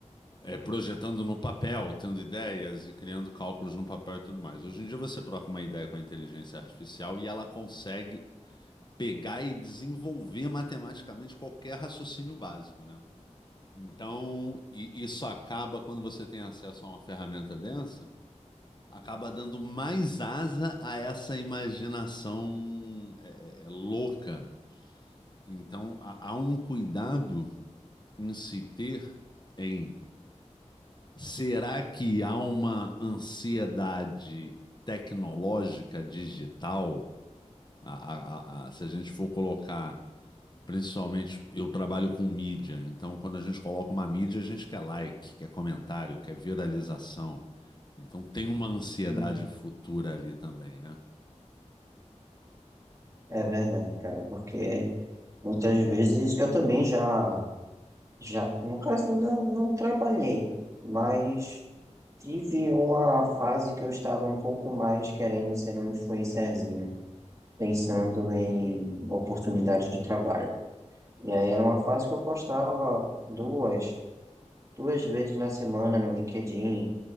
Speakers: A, on the left; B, on the right.
A: é, projetando no papel, tendo ideias e criando cálculos no papel e tudo mais. Hoje em dia você troca uma ideia com a inteligência artificial e ela consegue pegar e desenvolver matematicamente qualquer raciocínio básico, né? Então, e- isso acaba quando você tem acesso a uma ferramenta densa acaba dando mais asa a essa imaginação é, é, louca. Então, há, há um cuidado em se ter em será que há uma ansiedade tecnológica digital? A- a- a- se a gente for colocar, principalmente, eu trabalho com mídia, então quando a gente coloca uma mídia, a gente quer like, quer comentário, quer viralização. Então tem uma ansiedade
B: Hum.
A: futura ali também, né?
B: É verdade, cara, porque muitas vezes eu também já, já, no caso, não, não trabalhei, mas tive uma fase que eu estava um pouco mais querendo ser um influencerzinho, pensando em oportunidades de trabalho. E aí era uma fase que eu postava duas, duas vezes na semana no LinkedIn,